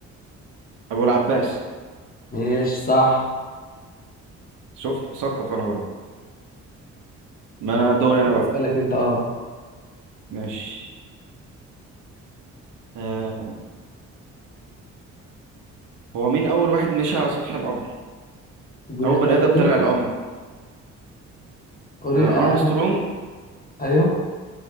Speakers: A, on the right (about 80°); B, on the left (about 30°).
A: أبو العباس
B: ماشي صح
A: شفت مثقف أنا برضه ما
B: يلا
A: أنا دوري أنا
B: كده
A: بقى
B: اسالك انت اه
A: ماشي آه. هو مين أول واحد مشي على سطح القمر؟
B: اديني
A: أول
B: اختيارات
A: بني آدم طلع
B: كده
A: القمر
B: قولي
A: آه.
B: آه.
A: أرمسترونج
B: هات. ايوه